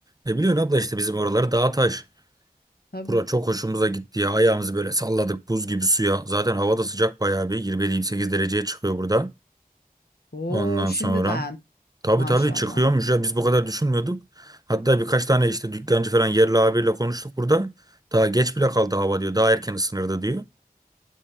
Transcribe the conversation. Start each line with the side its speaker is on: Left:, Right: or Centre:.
Right: ne biliyorsun abla işte bizim oraları dağ taş.
Left: Tabii.
Right: Bura çok hoşumuza gitti ya. Ayağımızı böyle salladık buz gibi suya. Zaten hava da sıcak bayağı bir 27-28 dereceye çıkıyor burada.
Left: O!
Right: Ondan
Left: Şimdiden
Right: sonra. Tabii
Left: maşallah.
Right: tabii çıkıyormuş ya biz bu kadar düşünmüyorduk. Hatta birkaç tane işte dükkancı falan yerli abiyle konuştuk burada. Daha geç bile kaldı hava diyor. Daha erken ısınırdı diyor.